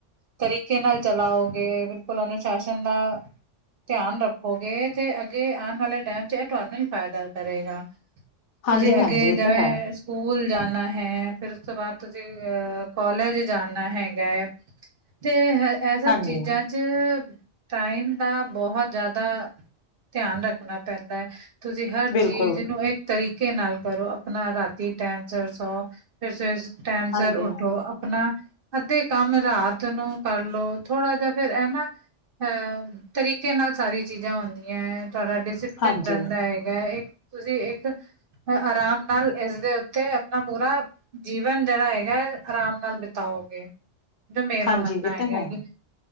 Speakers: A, on the right (about 55°); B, on the left (about 70°).
A: ਤਰੀਕੇ ਨਾਲ ਚਲਾਓਗੇ, ਬਿਲਕੁਲ ਅਨੁਸ਼ਾਸਨ ਨਾ ਧਿਆਨ ਰੱਖੋਗੇ ਤੇ ਅੱਗੇ ਆਣ ਵਾਲੇ ਟੈਮ ਚ ਏਹ ਤੁਹਾਨੂੰ ਹੀ ਫ਼ੈਦਾ ਤਰੇਗਾ।
B: ਹਾਂਜੀ,
A: ਤੁਸੀ ਅੱਗੇ
B: ਹਾਂਜੀ, ਇਹ
A: ਜਿਵੇਂ
B: ਤਾਂ ਹੈ,
A: ਸਕੂਲ ਜਾਣਾ ਹੈ, ਫਿਰ ਉਸ ਤੋਂ ਬਾਦ ਤੁਸੀ ਕੋਲਜ ਜਾਣਾ ਹੈਗਾ ਏ। ਤੇ ਹ ਇਹ ਸਭ
B: ਹਾਂਜੀ,
A: ਚੀਜ਼ਾਂ ਚ ਟਾਈਮ ਦਾ ਬਹੁਤ ਜਾਦਾ ਧਆਨ ਰੱਖਣਾ ਪੈਂਦੈ। ਤੁਸੀ ਹਰ
B: ਬਿਲਕੁਲ,
A: ਚੀਜ਼ ਨੂੰ ਇਕ ਤਰੀਕੇ ਨਾਲ ਕਰੋ ਆਪਣਾ ਰਾਤੀ ਟੈਮ ਸਿਰ ਸੋਓ। ਫਿਰ ਸਵੇ ਸ ਟੈਮ
B: ਹਾਂਜੀ,
A: ਸਿਰ ਉਠੋ ਆਪਣਾ ਅੱਧੇ ਕੰਮ ਰਾਤ ਤ ਨੂੰ ਕਰਲੋ ਥੋਰਾ ਜੇਆ ਫੇਰ ਐ ਨਾ ਅ ਤਰੀਕੇ ਨਾਲ ਸਾਰੀ ਚੀਜ਼ਾਂ ਹੁੰਦੀਐ, ਤੁਹਾਡਾ ਡਿਸਪਲਿਨ
B: ਹਾਂਜੀ,
A: ਰਹਿੰਦਾ ਏ। ਏ ਇਕ ਤੁਸੀ ਇਕ ਆਰਾਮ ਨਾਲ ਇਸਦੇ ਉਤੇ ਆਪਣਾ ਪੂਰਾ ਜੀਵਨ ਜੇਰਾ ਹੈਗੈ ਆਰਾਮ ਨਾਲ ਬਿਤਾਓਗੇ। ਤੇ ਮੇਰਾ
B: ਹਾਂਜੀ,
A: ਮੰਨਣਾ
B: ਇਹ
A: ਹੈਗਾ
B: ਤਾਂ
A: ਏ
B: ਹੈ,
A: ਕਿ